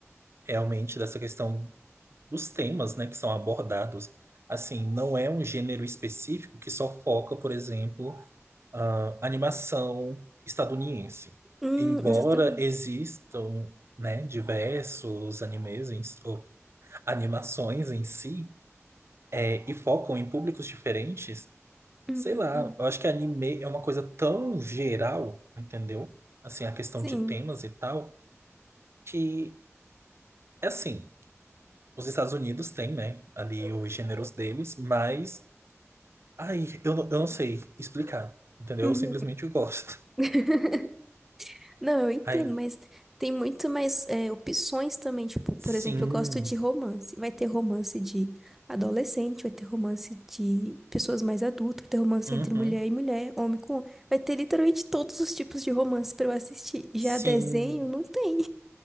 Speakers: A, on the right; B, in the centre.
A: realmente dessa questão dos temas, né, que são abordados. Assim, não é um gênero específico que só foca, por exemplo, a animação estadunidense.
B: Hum,
A: Embora
B: exatamente.
A: existam, né, diversos animes em- ou animações em si, é, e focam em públicos diferentes,
B: Uhum,
A: sei lá, eu acho que anime é uma coisa tão geral, entendeu? Assim, a questão
B: Sim.
A: de temas e tal, que é assim, Os Estados Unidos têm, né, ali os gêneros deles, mas, ai, eu, não- eu não sei explicar, entendeu?
B: Uhum.
A: Eu simplesmente gosto. <laughs>
B: <laughs> Não, eu entendo,
A: Ai,
B: mas tem muito mais é, opções também. Tipo,
A: sim,
B: por exemplo, eu gosto de romance. Vai ter romance de adolescente, vai ter romance de pessoas mais adultas, vai ter romance
A: uhum,
B: entre mulher e mulher, homem com homem. Vai ter literalmente todos os tipos de romance pra eu assistir. Já
A: sim,
B: desenho, não tem.